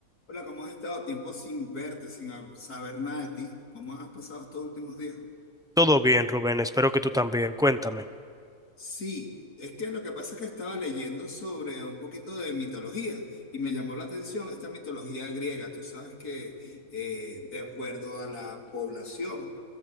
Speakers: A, on the left (about 85°); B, in the centre.
A: Hola, ¿cómo has estado? Tiempo sin verte, sin hab- saber nada de ti. ¿Cómo has pasado estos últimos días?
B: Todo bien, Rubén, espero que tú también. Cuéntame.
A: Sí, es que lo que pasa es que estaba leyendo sobre un poquito de mitología y me llamó la atención esta mitología griega. Tú sabes que eh, de acuerdo a la población